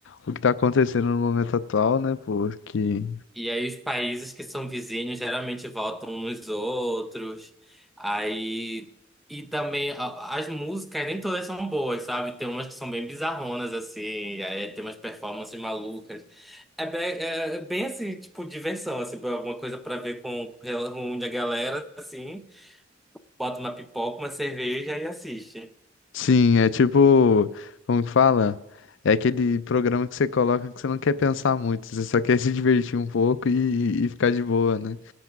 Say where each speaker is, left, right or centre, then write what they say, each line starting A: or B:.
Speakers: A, on the left; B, in the centre.
A: o que tá acontecendo no momento atual, né, pô? Que,
B: E aí os países que são vizinhos geralmente votam uns nos outros. Aí e também a- as músicas nem todas são boas, sabe? Tem umas que são bem bizarronas assim, aí tem umas performances malucas. É bem, é bem assim, tipo diversão, assim, alguma coisa pra ver com com a galera assim, bota uma pipoca, uma cerveja e assiste.
A: sim, é tipo, como que fala? É aquele programa que você coloca que você não quer pensar muito, você só quer <laughs> se divertir um pouco e, e ficar de boa, né?